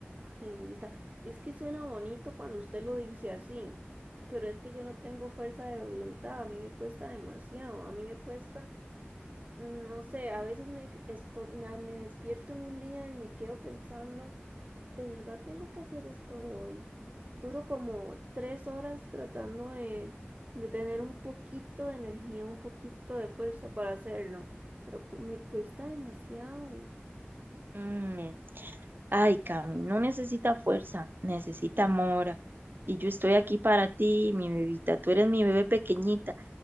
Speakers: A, on the right; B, on the right.
A: Ay, Isa, es que suena bonito cuando usted lo dice así, pero es que yo no tengo fuerza de voluntad, a mí me cuesta demasiado, a mí me cuesta, mm, no sé, a veces me, esto- me, me despierto en un día y me quedo pensando, ¿de verdad tengo que hacer esto hoy? Duro como tres horas tratando de, de tener un poquito de energía, un poquito de fuerza para hacerlo, pero cu- me cuesta demasiado.
B: Mm, Ay, Cami, no necesita fuerza, necesita mora. Y yo estoy aquí para ti, mi bebita, tú eres mi bebé pequeñita.